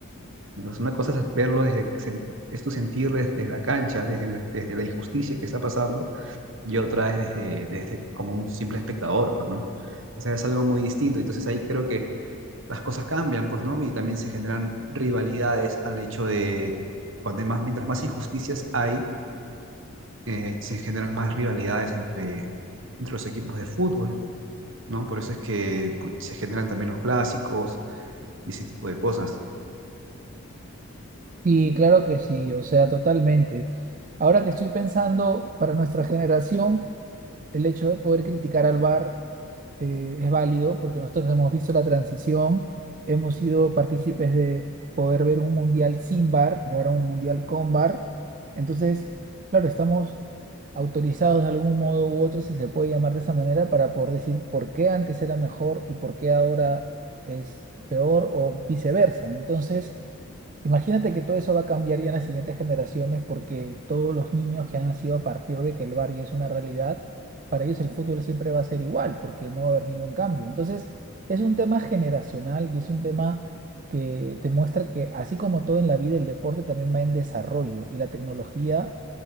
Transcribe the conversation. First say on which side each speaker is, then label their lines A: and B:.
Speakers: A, on the right; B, on the right.
A: Entonces, una cosa es verlo desde, sen- es tu sentir desde la cancha, desde, el- desde la injusticia que está pasando, y otra es desde, desde como un simple espectador, pues, ¿no? O sea, es algo muy distinto. Entonces ahí creo que las cosas cambian, pues, ¿no? Y también se generan rivalidades al hecho de, cuando hay más, mientras más injusticias hay, eh, se generan más rivalidades entre, entre los equipos de fútbol, ¿no? Por eso es que pu, se generan también los clásicos y ese tipo de cosas.
B: Y claro que sí, o sea, totalmente. Ahora que estoy pensando, para nuestra generación, el hecho de poder criticar al VAR eh, es válido porque nosotros hemos visto la transición, hemos sido partícipes de poder ver un mundial sin VAR y ahora un mundial con VAR. Entonces, claro, estamos autorizados de algún modo u otro, si se puede llamar de esa manera, para poder decir por qué antes era mejor y por qué ahora es peor o viceversa. Entonces, imagínate que todo eso va a cambiar ya en las siguientes generaciones porque todos los niños que han nacido a partir de que el VAR ya es una realidad para ellos el fútbol siempre va a ser igual, porque no va a haber ningún cambio. Entonces, es un tema generacional y es un tema que te muestra que así como todo en la vida, el deporte también va en desarrollo y la tecnología